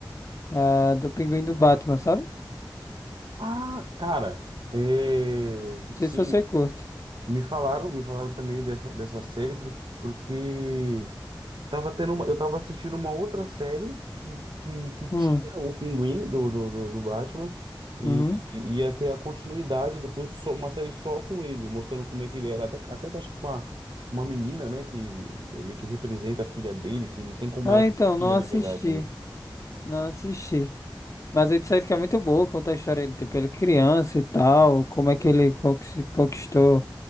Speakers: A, on the left; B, on the right.
A: A do Pinguim do Batman, sabe? Não
B: Ah, cara, é,
A: sei
B: sim,
A: se você curte.
B: me falaram, me falaram também dessa, dessa série, por- porque Tava tendo uma- eu tava assistindo uma outra série que, que, que tinha
A: Hum,
B: o Pinguim do, do, do, do Batman e,
A: uhum.
B: e ia ter a continuidade depois só, uma série só com ele, mostrando como é que ele era. Até, até que eu acho que com uma, uma menina, né, que meio que representa a filha dele, que ele tem como
A: Ah,
B: ela
A: então, não
B: filha,
A: assisti.
B: na verdade, né?
A: Não assisti. Mas aí disseram que é muito boa, conta a história dele, tipo, ele é criança e tal, como é que ele conquis- conquistou